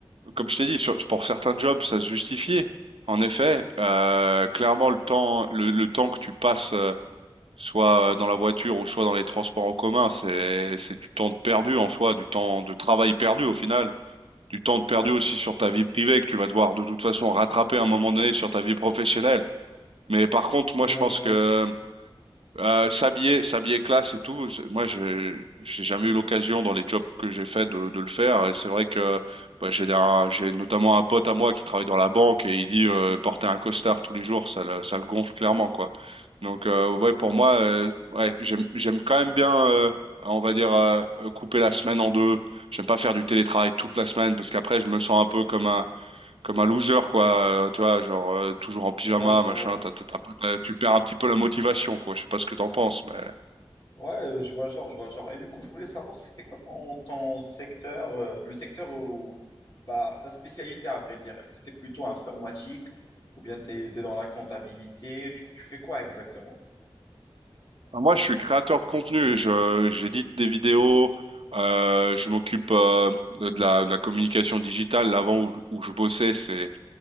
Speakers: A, on the right; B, on the left.
A: comme je t'ai dit, sur- pour certains jobs, ça se justifie. En effet, euh, clairement, le temps, le, le temps que tu passes soit euh, dans la voiture ou soit dans les transports en commun, c'est c'est du temps de perdu en soi, du temps de travail perdu au final, du temps de perdu
B: Ouais,
A: aussi sur ta vie privée que tu vas devoir de toute façon rattraper à un moment donné sur ta vie professionnelle. Mais par contre,
B: c'est
A: moi
B: vrai,
A: je pense
B: c'est vrai.
A: que euh, s'habiller, s'habiller classe et tout. c'est- Moi, j'ai, j'ai jamais eu l'occasion dans les jobs que j'ai fait de, de le faire. Et c'est vrai que bah, j'ai un- j'ai notamment un pote à moi qui travaille dans la banque et il dit euh, porter un costard tous les jours, ça le, ça le gonfle clairement, quoi. Donc, euh, ouais, pour moi, euh, ouais, j'aime, j'aime quand même bien, euh, on va dire, euh, couper la semaine en deux. J'aime pas faire du télétravail toute la semaine parce qu'après, je me sens un peu comme un, comme un loser, quoi, heu, tu vois? Genre, heu, toujours en pyjama,
B: Ouais, c'est
A: machin,
B: vrai.
A: T'as, t'as, tu as tu perds un petit peu la motivation, quoi. Je sais pas ce que t'en penses, mais
B: Ouais, euh, je vois le genre, je vois le genre. Et du coup, je voulais savoir, c'était quoi ton, ton secteur, euh, le secteur où, bah, ta spécialité à vrai dire. Est-ce que tu es plutôt informatique ou bien tu es, dans la comptabilité? Tu, tu fais quoi exactement?
A: bah, moi, je suis créateur de contenu. Je j'édite des vidéos, heu, je m'occupe, heu, de de la de la communication digitale. L'avant où où je bossais, c'est